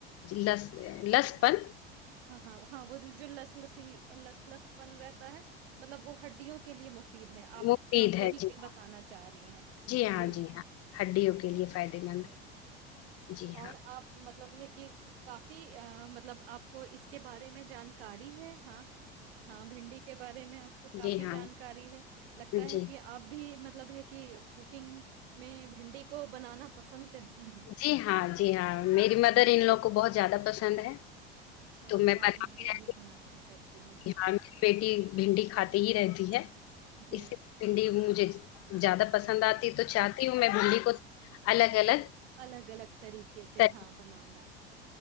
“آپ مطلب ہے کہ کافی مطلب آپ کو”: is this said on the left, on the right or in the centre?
Right